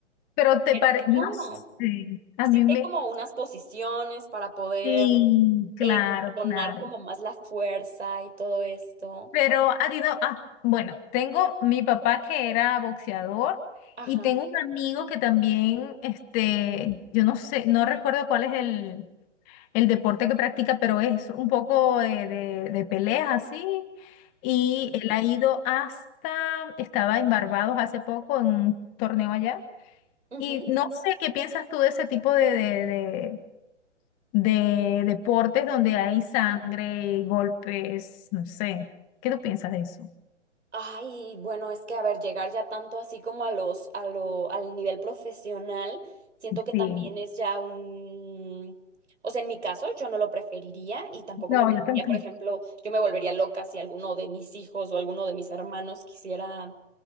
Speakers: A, on the left (about 20°); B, on the right (about 75°).
A: pero te
B: Pero
A: parece,
B: no,
A: no sé, a
B: así
A: mí
B: que
A: me,
B: hay como unas posiciones para poder
A: Sí, claro,
B: entonar
A: claro.
B: como más la fuerza y todo esto.
A: Pero ha ido, ah, bueno, tengo mi papá que era boxeador
B: Ajá.
A: y tengo un amigo que también, este, yo no sé, no recuerdo cuál es el, el deporte que practica, pero es un poco de, de, de peleas así. Y él ha ido hasta, estaba en Barbados hace poco en un torneo allá.
B: Ujú.
A: Y no sé qué piensas tú de ese tipo de, de, de deportes donde hay sangre, golpes, no sé. ¿Qué tú piensas de eso?
B: Ay, bueno, es que a ver, llegar ya tanto así como a los, a lo, al nivel profesional, siento que también
A: Sí,
B: es ya un, o sea, en mi caso yo no lo preferiría y tampoco
A: no,
B: me gustaría,
A: yo tampoco.
B: por ejemplo, yo me volvería loca si alguno de mis hijos o alguno de mis hermanos quisiera